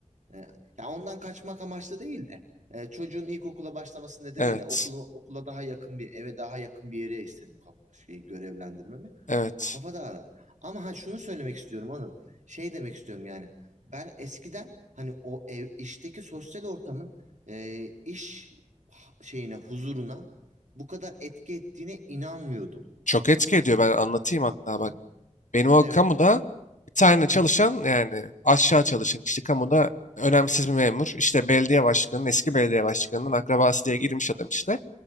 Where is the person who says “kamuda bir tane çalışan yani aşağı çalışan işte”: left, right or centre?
Left